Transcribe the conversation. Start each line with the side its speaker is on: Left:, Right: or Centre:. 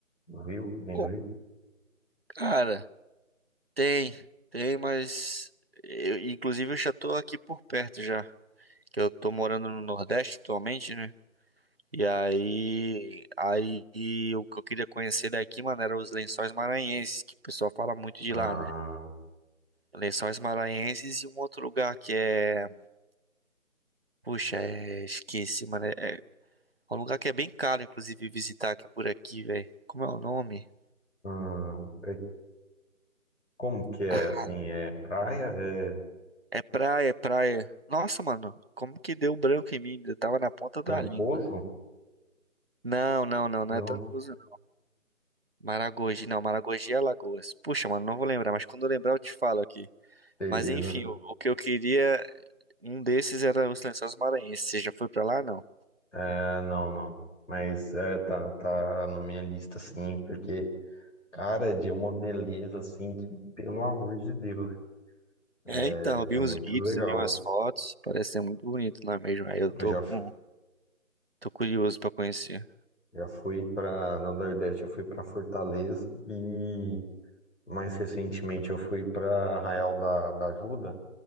Left: Do Rio, além
Right: Pô,
Left: do Rio?
Right: cara, tem. Tem, mas. Eu, inclusive, eu já tô aqui por perto já. Que eu tô morando no Nordeste atualmente, né? E aí, aí o que eu queria conhecer daqui, mano, era os Lençóis Maranhenses, que o pessoal fala muito de
Left: Ah,
Right: lá, né? Lençóis Maranhenses e um outro lugar que é, puxa, é... esqueci, mano, é... é um lugar que é bem caro, inclusive, visitar, que é por aqui, velho. Como é o nome?
Left: hum, é- como que é
Right: Ah,
Left: assim? É praia? É
Right: é praia, é praia. Nossa, mano, como que deu branco em mim? Eu tava na ponta da
Left: Trancoso?
Right: língua. Não, não, não, não
Left: Não,
Right: é Trancoso, não. Maragogi, não, Maragogi é Alagoas. Puxa, mano, não vou lembrar, mas quando eu lembrar eu te falo aqui.
Left: beleza.
Right: Mas enfim, o, o que eu queria, um desses era os Lençóis Maranhenses. Você já foi pra lá, não?
Left: É, não, não. Mas é, tá, tá na minha lista, sim, porque, cara, de uma beleza, assim, que, pelo amor de Deus,
Right: É,
Left: é,
Right: então, eu vi
Left: é muito
Right: uns vídeos,
Left: legal.
Right: eu vi umas fotos, parece ser muito bonito lá mesmo. Aí eu tô
Left: Eu já,
Right: com,
Left: fu-
Right: tô curioso pra conhecer.
Left: já fui pra, no Nordeste, eu fui pra Fortaleza e, mais recentemente, eu fui pra Arraial da, da Ajuda,